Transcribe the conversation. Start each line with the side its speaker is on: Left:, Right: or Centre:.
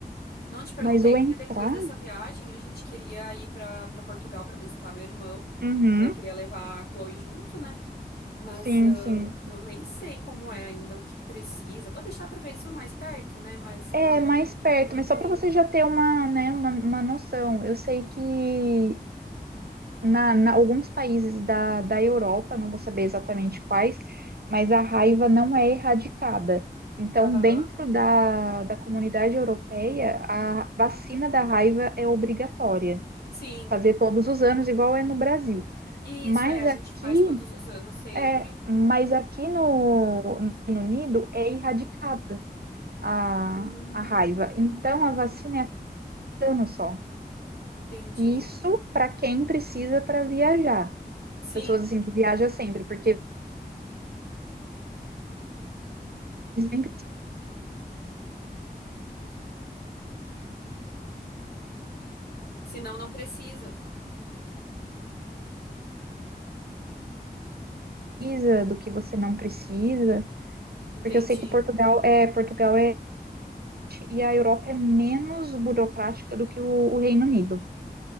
Left: Não te perguntei
Right: Mas o
Left: porque
Right: entrar.
Left: depois dessa viagem a gente queria ir para para Portugal para visitar meu irmão.
Right: Uhum.
Left: Daí Eu queria levar a Chloe junto, né? Mas
Right: Sim,
Left: ah,
Right: sim.
Left: eu nem sei como é ainda, o que que precisa. Vou deixar para ver isso mais perto, né? Mas ah,
Right: É
Left: era
Right: mais
Left: bom
Right: perto,
Left: já ter uma
Right: mas
Left: ideia.
Right: só para você já ter uma, né, uma, uma noção. Eu sei que na, na- alguns países da, da Europa, não vou saber exatamente quais, mas a raiva não é erradicada. Então,
Left: Aham.
Right: dentro da, da comunidade europeia, a vacina da raiva é obrigatória,
Left: Sim.
Right: fazer todos os anos, igual é no Brasil.
Left: Isso
Right: Mas
Left: é, a
Right: aqui,
Left: gente faz todos os anos sempre.
Right: é, mas aqui no, no Reino Unido é erradicada a,
Left: Hum,
Right: a raiva. Então, a vacina é cada ano só.
Left: entendi.
Right: Isso para quem precisa para viajar
Left: Sim.
Right: pessoas assim que viaja sempre, porque nem
Left: Senão não precisa.
Right: precisa, do que você não precisa,
Left: Entendi.
Right: porque eu sei que Portugal é Portugal é e a Europa é menos burocrática do que o, o Reino Unido.